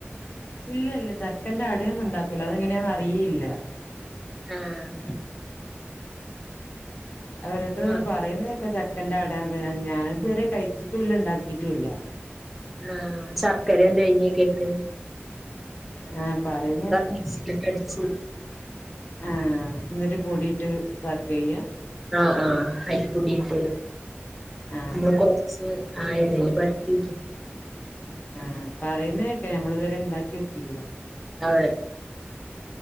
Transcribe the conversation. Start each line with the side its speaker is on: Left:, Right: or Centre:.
Left: ഇല്ല ഇല്ല ചട്ട ഇല്ല അടൊന്നും ഉണ്ടാക്കൂല അത്ങ്ങനെയാന്നറിയേയില്ല
Centre: ആഹ്
Left: ഓരോത്തന്ന്
Centre: ആഹ്
Left: പറയുന്നെക്കെ ചക്കന്റെടാന്ന് ഞാന് തുവരെ കഴിച്ചിട്ടുംല്ല ഉണ്ടാക്കിട്ടുംല്ല
Centre: ആ ശർക്കര തേങ്ങെക്കിട്ട്
Left: ആ പറയുന്നേക്കാ
Centre: മിക്സിയിലൊക്കെ അടിച്ച്
Left: ആ എന്നിട്ട് പൊടിട്ട് ഇതാക്കയ്യ
Centre: ആ ആ അരിപ്പൊടിട്ട്
Left: ആ
Centre: പിന്നെ കൊയച്ച് ആ എലേല് പര്ത്തി
Left: ആ പറയുന്നക്കെ ഞമ്മളിതുവരെ ഉണ്ടാക്കി ഓക്കില്ല
Centre: അ